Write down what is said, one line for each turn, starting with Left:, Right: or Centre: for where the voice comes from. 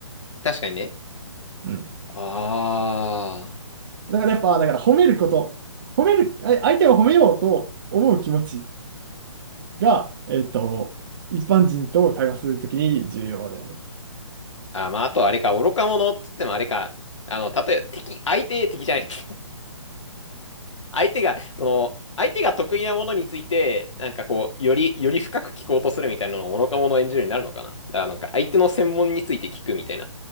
Left: 確かにね。
Right: れない。うん。
Left: あ
Right: だからやっぱ、だから褒めること、褒める、あ相手を褒めようと思う気持ちが、えっと、一般人と会話するときに重要だよね。
Left: あ。あー、まあ、あとあれか、愚か者っつってもあれか、あの、例えば敵、相手、敵じゃない。<laughs> 相手が、その、相手が得意なものについて、なんかこう、より、より深く聞こうとするみたいなのを愚か者を演じるようになるのかな。だからなんか、相手の専門について聞くみたいな。